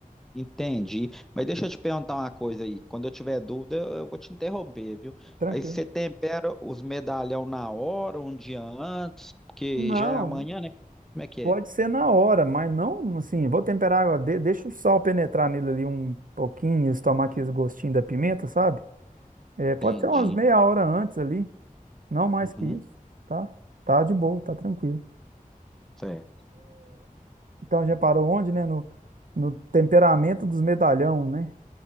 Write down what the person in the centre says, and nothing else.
Entendi. Mas deixa eu te perguntar uma coisa aí. Quando eu tiver dúvida, eu eu vou te interromper, viu?
Aí você tempera os medalhão na hora, um dia antes, porque
já é amanhã, né? Como é que
é?
Entendi.
Uhum.
Certo.